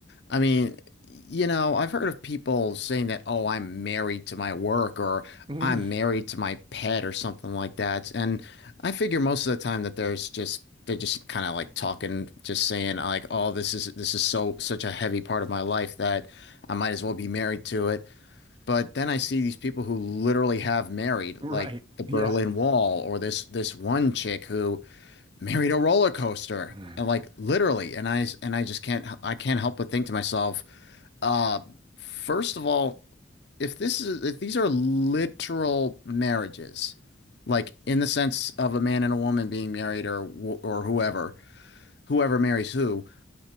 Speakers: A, on the left; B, on the right.
A: I mean, you know, I've heard of people saying that, oh, I'm married to my work or
B: <laughs>
A: I'm married to my pet or something like that. And I figure most of the time that there's just they're just kind of like talking, just saying like, oh, this is this is so such a heavy part of my life that I might as well be married to it. But then I see these people who literally have married,
B: Right.
A: like the Berlin
B: Yeah.
A: Wall or this this one chick who married a roller coaster.
B: <sighs>
A: And like literally, and I and I just can't I can't help but think to myself, uh, first of all, if this is if these are literal marriages, like in the sense of a man and a woman being married or or whoever, whoever marries who,